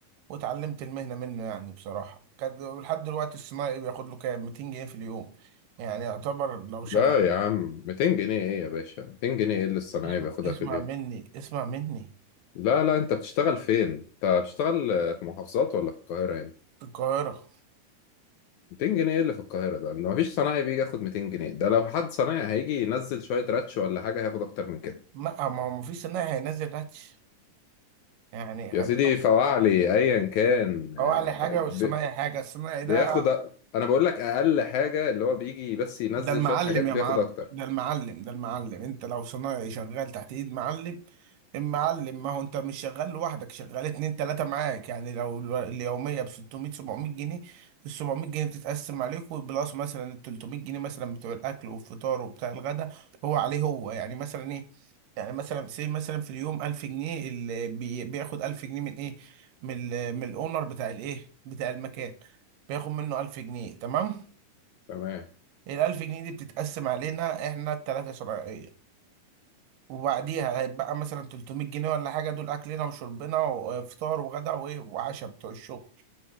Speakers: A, on the right (about 75°); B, on the left (about 75°).
A: واتعلمت المهنه منه يعني بصراحه كانت لحد دلوقتي الصنايعي بياخد له كام 200 جنيه في اليوم يعني يعتبر لو شغل
B: لا يا عم 200 جنيه ايه يا باشا 200 جنيه ايه اللي الصنايعي
A: اسمع
B: بياخدها
A: اسمع
B: في اليوم
A: مني اسمع مني
B: لا لا انت بتشتغل فين انت بتشتغل آه، في محافظات ولا في القاهرة يعني
A: في القاهرة
B: 200 جنيه ايه اللي في القاهرة ده ان مفيش صنايعي بيجي ياخد 200 جنيه ده لو حد صنايعي هيجي ينزل شوية راتش ولا حاجة هياخد اكتر من كده
A: لا ما هو مفيش صنايعي هينزل راتش يعني
B: يا
A: خليهم
B: سيدي فواعلي ايا كان
A: هو
B: آه،
A: أعلى حاجة
B: ب-
A: والصنايعي حاجة الصنايعي
B: بياخد
A: ده
B: أ- انا بقول لك اقل حاجه اللي هو بيجي بس ينزل
A: ده المعلم
B: شويه حاجات بياخد
A: يا معلم
B: اكتر
A: ده المعلم ده المعلم انت لو صنايعي شغال تحت ايد معلم المعلم ما هو انت مش شغال لوحدك شغال اتنين تلاتة معاك يعني لو الو- اليومية ب 600 700 جنيه ال 700 جنيه بتتقسم عليكوا بلس مثلا ال 300 جنيه مثلا بتوع الاكل والفطار وبتاع الغدا هو عليه هو يعني مثلا ايه يعني مثلا سي مثلا في اليوم 1000 جنيه اللي بي- بياخد 1000 جنيه من ايه من ال- من الاونر بتاع الايه بتاع المكان بياخد منه 1000 جنيه تمام
B: تمام
A: الألف جنيه دي بتتقسم علينا إحنا التلاتة شرعية وبعديها هيتبقى مثلا 300 جنيه ولا حاجة دول أكلنا وشربنا وفطار وغدا وإيه وعشاء بتوع الشغل